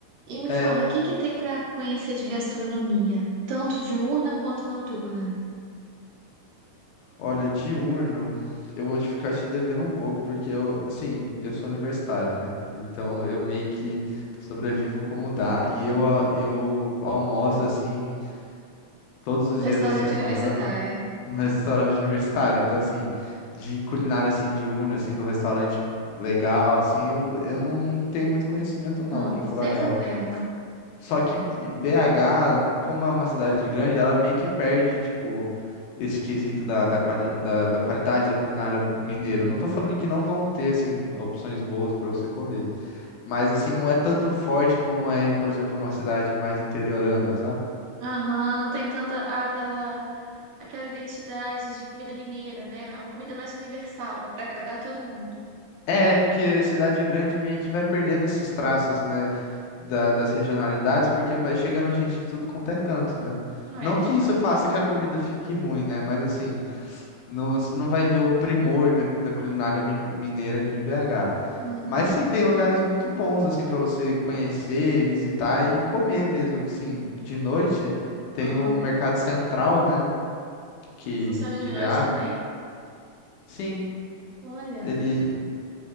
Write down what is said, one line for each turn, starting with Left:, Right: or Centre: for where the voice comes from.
Right: E me
Left: é,
Right: fala, o que que tem para conhecer de gastronomia? Tanto diurna quanto noturna.
Left: olha, diurno, eu vou te ficar te devendo um pouco, porque eu, assim, eu sou universitário, né? Então eu meio que sobrevivo como dá e eu, a- eu almoço assim todos os
Right: Restaurante
Left: dias da semana
Right: universitário.
Left: no restaurante universitário. Então, assim, de culinária, assim, diurna, assim, do restaurante legal, assim, eu, eu não, não tenho muito conhecimento, não,
Right: Hum,
Left: pra falar
Right: sem
Left: a real.
Right: problema.
Left: Só que BH, como é uma cidade grande, ela meio que perde, tipo, esse quesito da, da, quali da, da qualidade da culinária mineira. Eu Não tô falando que não vão ter, assim, opções boas pra você comer. Mas, assim, não é tanto forte como é, por exemplo, uma cidade mais interiorana, sabe?
Right: Aham, não tem tanta ah, aquela, aquela identidade de comida mineira, né? É uma comida mais universal, para agradar todo mundo.
Left: É, porque cidade grande meio que vai perdendo esses traços, né, da- das regionalidades, porque vai chegando gente de tudo quanto é canto, né?
Right: Não é,
Left: Não que
Right: de
Left: isso
Right: fato.
Left: faça que a comida fique ruim, né? Mas assim, não, você não vai ver o primor da, da culinária mi- mineira aqui em BH.
Right: Uhum,
Left: Mas sim, tem lugares muito bons, assim, para você conhecer, visitar e comer mesmo. Que sim, de noite tem
Right: aham.
Left: o Mercado Central, né? Que,
Right: Funciona
Left: que
Right: de
Left: ele
Right: noite
Left: abre.
Right: também?
Left: Sim,
Right: Olha.
Left: ele,